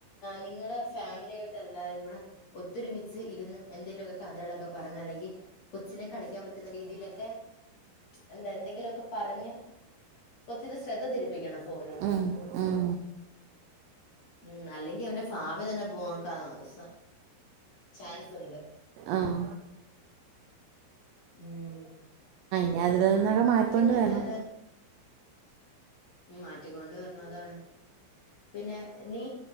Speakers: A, on the left (about 45°); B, on the right (about 80°).
A: നിങ്ങടെ ഫാമിലി ആയിട്ട് എല്ലാരും കൂടെ ഒത്തൊരുമിച്ച് ഇരുന്ന് എന്തേലുവൊക്കെ കഥകളൊക്കെ പറഞ്ഞ് അല്ലെങ്കി കൊച്ചിനെ കളിക്കാൻ പറ്റുന്ന രീതിയിലൊക്കെ എന്താ എന്തെങ്കിലുവൊക്കെ പറഞ്ഞ് കൊച്ചിൻ്റെ ശ്രദ്ധ തിരിപ്പിക്കണം ഫോണീന്ന്
B: ഉം ഉം
A: ഉം അല്ലെങ്കി അവന്റെ ഫാവി തന്നെ പോ കാ സാ ചാൻസ് ഇണ്ട്
B: ആഹ്
A: ഉം
B: ഞാ അതിൽ നിന്നൊക്കെ മാറ്റിക്കൊണ്ട്
A: പിന്നെന്താ
B: വരണം
A: ഉം മാറ്റിക്കൊണ്ട് വരണം അതാണ് പിന്നെ നീ